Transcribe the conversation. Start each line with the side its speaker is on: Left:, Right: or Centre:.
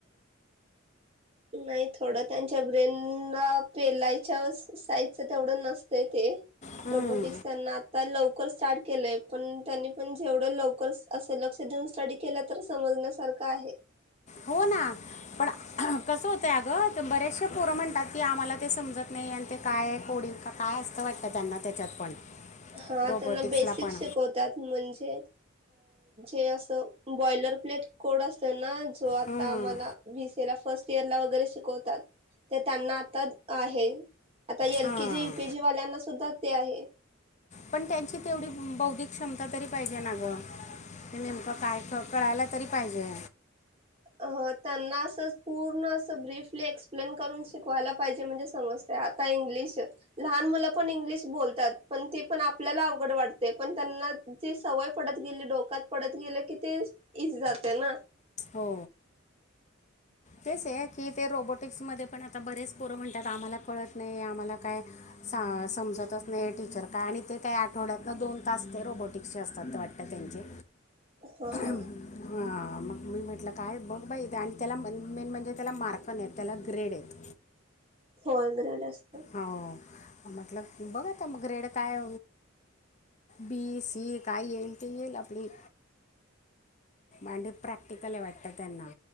Right: नाही थोड त्यांच्या ब्रेना पेलायच्या साईजच तेवढं नस ते
Left: हम्म.
Right: रोबोटिक्स त्यांना आता लवकर स्टार्ट केलंय. पण त्यांनी पण जेवढं लवकर असं लक्ष देऊन स्टडी केलं तर समजण्यासारखं आहे.
Left: हो ना, पण कसं होतंय अगं, बरेचसे पोरं म्हणतात की आम्हाला ते समजत नाही आण ते काय कोडी काय असतं वाटतं त्यांना त्याच्यात पण
Right: हा
Left: रोबोटिक्सला
Right: त्यांना बेसिक
Left: पण
Right: शिकवतात म्हणजे अ अस बॉलर प्लेट कोड असत ना जो आता
Left: हम्म.
Right: आम्हाला बीसी ला फर्ट इतर. ला वगैरे शिकवतात तर त्यांना आता आहे आता एल
Left: हां
Right: केेजी युकेजी वाल्यांना सुद्धा ते आहे.
Left: पण त्यांची तेवढी बौद्धिक क्षमता तरी पाहिजे ना ग ते नेमकं काय कळायला तरी पाहिजे.
Right: अ त्यांना अस पूर्ण अस ब्रीफली एक्सप्लेन करून शिकवायला पाहिजे म्हणजे सम आता इंग्लिश लहान मुलं पण इंग्लिश बोलतात ती पण आपल्याला अवघड वाटते पण, त्यांना जी सवय पडत गेली डोक्यात पडत गेले की ते इझी जातय ना.
Left: हो तेच आहे कि ते रोबोटिक्स मध्ये पण आता बरेच पोरं म्हणतात आम्हाला कळत नाही आम्हाला काय सा समजतच नाही? टीचर काय आणि ते काही आठवड्यातनं दोन तास ते रोबोटिक्सचे असतात ते वाटतात त्यांचे.
Right: हा हा
Left: हां, मग मी म्हटलं काय बघ बाई आणि त्याला मेन म्हणजे त्याला मार्कन नाहीत त्याला ग्रेड आहेत.
Right: <unintelligible>
Left: हो म्हटल बघा मग ग्रेड काय? बी सी काय येईल ते येईल आपली आणि प्रॅक्टिकली वाटतं त्यांना